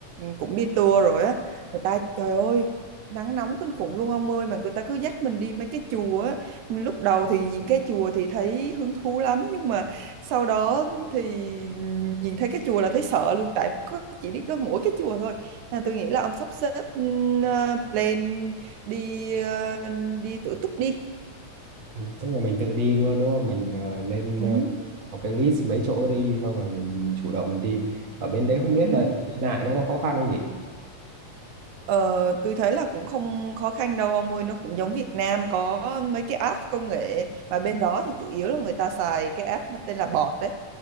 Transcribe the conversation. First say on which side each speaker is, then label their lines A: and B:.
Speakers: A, on the right; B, on the right.
A: cũng đi tour rồi á người ta trời ơi nắng nóng kinh khủng luôn ông ơi mà người ta cứ dắt mình đi mấy cái chùa á lúc đầu thì nhìn cái chùa thì thấy hứng thú lắm nhưng mà sau đó thì nhìn thấy cái chùa là thấy sợ luôn tại có chỉ đi có mỗi cái chùa thôi Nên tôi nghĩ là ông sắp xếp ừ, ờ, plan đi ờ, đi tự túc đi
B: ừ, tức là mình tự đi thôi đúng không mình ờ, nên
A: Ừ.
B: ờ, một cái list mấy chỗ đi xong rồi mình chủ động mình đi ở bên đấy không biết
A: Ừ.
B: là đi lại nó có khó khăn không nhỉ
A: Ờ, tôi thấy là cũng không khó khăn đâu ông ơi, nó cũng giống Việt Nam có mấy cái app công nghệ mà bên đó thì chủ yếu là người ta xài cái app mà tên là bọt đấy.